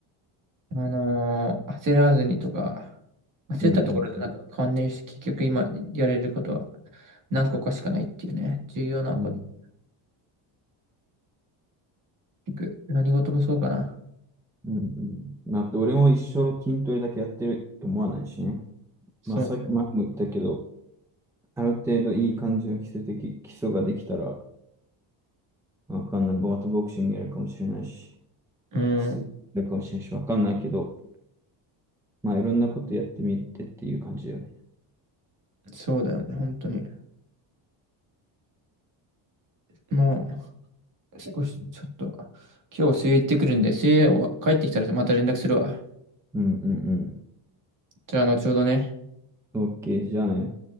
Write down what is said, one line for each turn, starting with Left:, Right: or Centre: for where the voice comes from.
Right: あのー焦らずにとか、焦ったところでなんか関連して結局今やれることは
Centre: うん、
Right: 何個かしかないっていうね、重要なこと。
Centre: うん。
Right: 結局何事もそうかな。
Centre: うんうん。まあと、俺も一生筋トレだけやってると思わないしね。
Right: そう、
Centre: まあ、さっき前も言ったけど、ある程度いい感じの基礎的、基礎ができたら、わかんない。ボートボクシングやるかもしれないし、
Right: うん、
Centre: 水泳やるかもしれないし、わかんないけど、まあ、いろんなことやってみてっていう感じだよね。
Right: そうだよね、本当に。もう少しちょっと、今日水泳行ってくるんで、水泳を帰ってきたらまた連絡するわ。
Centre: うんうん
Right: じゃあ後ほどね。
Centre: うん。OK、じゃあね。